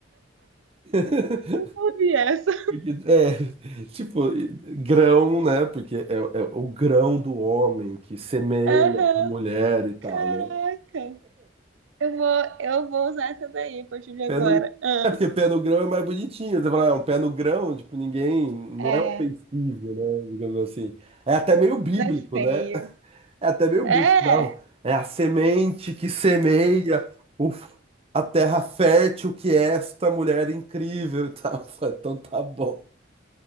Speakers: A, on the right; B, on the right.
A: <laughs>
B: Não ouvi essa.
A: Porque, é, tipo, e- grão, né? Porque é, é o grão do homem que semeia
B: Aham,
A: a mulher e tal,
B: caraca.
A: né?
B: Eu vou, eu vou usar essa daí a partir de agora.
A: Pé no...
B: Ah.
A: É porque pé no grão é mais bonitinho. Você fala, ah, é um pé no grão, tipo, ninguém. Não
B: É,
A: é ofensivo, né? Digamos assim. É até meio bíblico,
B: não é feio.
A: né? <laughs> É até meio
B: É!
A: bíblico. Não, é a semente que semeia o... a terra fértil que esta mulher incrível e tal. <laughs> Então tá bom.